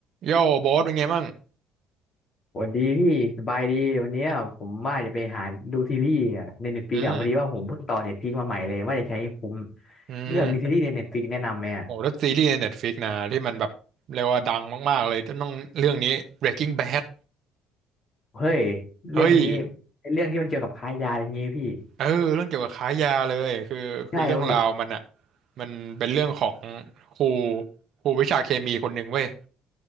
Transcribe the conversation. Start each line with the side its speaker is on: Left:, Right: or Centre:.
Right: โย่โบ๊ทเป็นไงบ้าง
Left: สวัสดีพี่สบายดีวันเนี้ยผมว่าจะไปหาดูซีรีส์อะในเน็ตฟลิกอะพอดีว่าผมเพิ่งต่อเน็ตฟลิกมาใหม่เลยว่าจะใช้ผม
Right: อืม อืม
Left: เลือกมีซีรีส์ในเน็ตฟลิกแนะนำไหมอะ
Right: โอ้แล้วซีรีส์ใน Netflix นะที่มันแบบเรียกว่าดังมากๆเลย ต้องเรื่องนี้ Breaking Bad
Left: เฮ้ยเรื่องนี้
Right: เฮ้ย
Left: ไอ้เรื่องที่มันเกี่ยวกับค้ายาอะไรเงี้ยพี่
Right: เออเรื่องเกี่ยวกับค้ายาเลย คือคือเรื่องราวมันอ่ะ
Left: ใช่เขาเห็น
Right: มันเป็นเรื่องของครูครูวิชาเคมีคนหนึ่งเว้ย